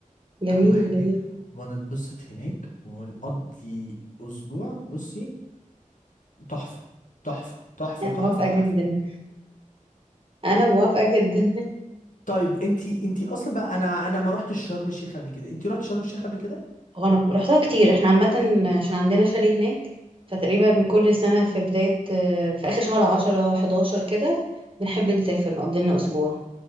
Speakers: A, on the right; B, on the left.
A: جميل
B: اروح هناك
A: جميل
B: ونتبسط هناك ونقضي اسبوع بصي تحفه تحفه تحفه
A: انا
B: تحفه
A: موافقه
B: تحفه
A: جدا انا موافقه جدا
B: طيب انتي انتي اصلا بقى انا انا ما رحتش شرم الشيخ قبل كده انتي رحت شرم الشيخ قبل كده
A: <laughs> هو انا رحتها كتير احنا عامه عشان عندنا شاليه هناك فتقريبا كل سنه في بدايه في اخر شهر 10 11 كده بنحب نسافر نقضي لنا اسبوع